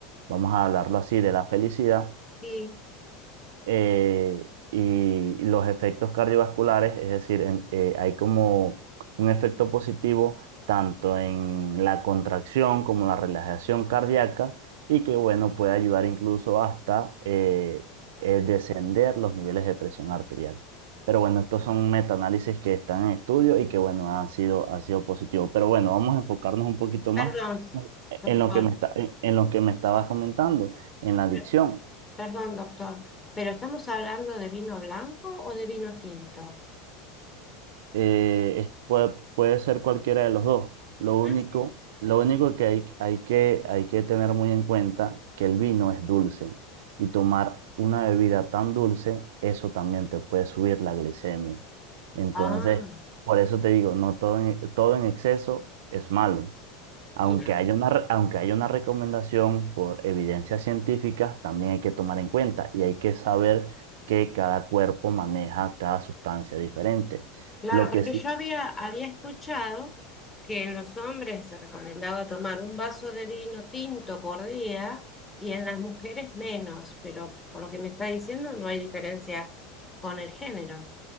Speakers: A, on the right; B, on the left.
A: vamos a hablarlo así, de la felicidad
B: Sí,
A: eh, y los efectos cardiovasculares, es decir, en- eh, hay como un efecto positivo tanto en la contracción como en la relajación cardíaca y que, bueno, puede ayudar incluso hasta eh, eh, descender los niveles de presión arterial. Pero bueno, estos son metaanálisis que están en estudio y que, bueno, han sido, han sido positivos. Pero bueno, vamos a enfocarnos un poquito
B: Perdón,
A: más
B: doctor.
A: en lo que me está, en en lo que me estabas comentando, en la adicción.
B: Per- Perdón, doctor. ¿Pero estamos hablando de vino blanco o de vino tinto?
A: eh, es- puede, puede ser cualquiera de los dos. Lo único,
B: Ah, sí.
A: lo único que hay, hay que hay que tener muy en cuenta que el vino es dulce y tomar una bebida tan dulce, eso también te puede subir la glicemia. Entonces,
B: Ah,
A: por eso te digo, no todo en, todo en exceso es malo. Aunque
B: bien.
A: haya una, re- aunque haya una recomendación por evidencia científica, también hay que tomar en cuenta y hay que saber que cada cuerpo maneja cada sustancia diferente.
B: Claro,
A: Lo
B: porque
A: que sí,
B: yo había, había escuchado que en los hombres se recomendaba tomar un vaso de vino tinto por día y en las mujeres menos, pero por lo que me está diciendo no hay diferencia con el género.